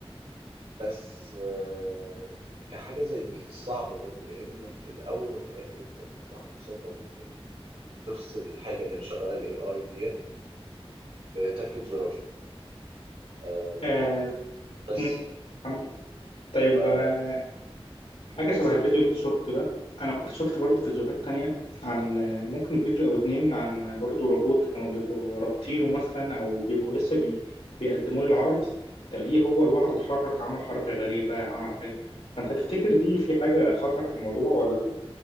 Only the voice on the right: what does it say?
بس آه، كحاجة زي دي صعبة برضو لأن في الأول وفي الآخر أنت بمنتهى البساطة ممكن تفصل الحاجة اللي مشغلة ال AI ديت بتكة زرار آه،
بس
فقول
اسأل